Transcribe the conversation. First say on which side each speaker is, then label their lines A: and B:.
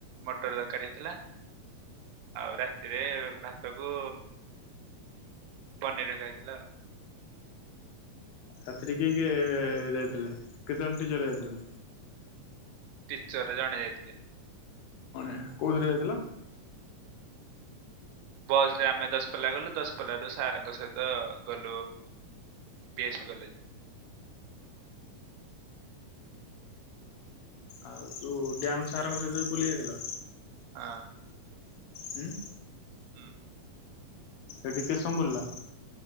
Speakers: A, on the right (about 85°); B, on the left (about 85°).
A: ମଟର ତରକାରୀ ହେଇଥିଲା। ଆଉ ରାତିରେ ଭାତ କୁ ପନିର ଦରକାର ହେଇଥିଲା।
B: ରାତିରେ କିଏ କିଏ ଯାଇଥିଲେ? କେତେଜଣ ଟିଚର ଯାଇଥିଲେ।
A: ଟିଚରରେ ଜଣେ ଯାଇଥିଲେ।
B: ଆ କୋଉଥିରେ ଯାଇଥିଲ?
A: ବସ ରେ ଆମେ ଦଶ ପଲ୍ଲା ଗଲୁ। ଦଶପଲ୍ଲାରୁ ସାରଙ୍କ ସହିତ ଗଲୁ ବି ଏସ୍ କଲେଜ।
B: ଆଉ ଯଉ ଡ୍ୟାମ ସାର୍ଙ୍କ ସହିତ ବୁଲି ଯାଇଥିଲ।
A: ହଁ।
B: ହୁ।
A: ହୁଁ।
B: ଏ ଟି କେତେ ସମୟ ବୁଲିଲ।